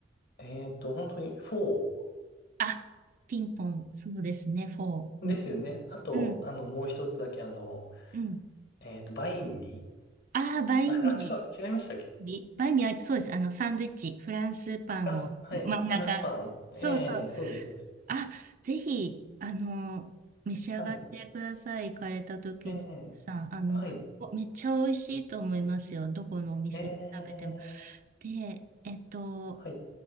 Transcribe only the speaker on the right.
あ、ピンポン、そうですね、フォー。
うん、
うん、
うん。
ああ、バインミー、
ビバインミー、あそうです。あの、サンドイッチ、フランスパンを真ん中。
そうそう。
あ、ぜひ、あの、召し上がってください。
行かれた時にさ、
あの、
おめっちゃ美味しいと思いますよ。どこのお店食べても。
で、えっと、